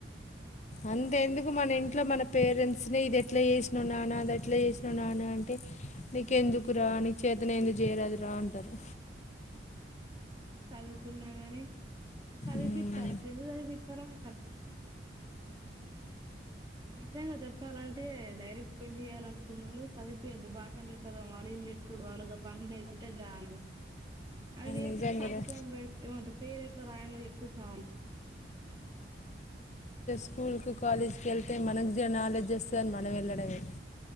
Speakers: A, on the left; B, on the right.
A: అంతే ఎందుకు మన ఇంట్లో మన పేరెంట్స్ని ఇది ఎట్లా చేసినవు నాన్న అది ఎట్లా చేసినవు నాన్న అంటే నీకెందుకు రా నీకు చేతనయింది చేయరాదు రా అంటరు.
B: అంతే చదువుకున్నాగాని చదిపిత్తారు
A: ఉమ్, ఆ,
B: అసలు ఎందు చదిపిత్తారో నాకు అర్థం కావట్లేదు. నిజంగా చెప్ప లంటే డైరెక్ట్ పెళ్లి చేయాలనుకున్నోళ్ళు చదువుపియద్దు బాసన్లు ఎట్లతోమాలి, ఇల్లుఎట్ల ఉడవాలో గా పనులు నేర్పిత్తే చాలు. అవి నేర్పించి
A: నిజం
B: సంతకం
A: కదా
B: పె ఏమంటరు పేరు ఎట్లా రాయలో చెప్తే చాలు.
A: స్కూల్, కాలేజ్కి వెళ్తే మనకు జర నాలెడ్జ్ వస్తదిని మనం వెళ్ళడమే.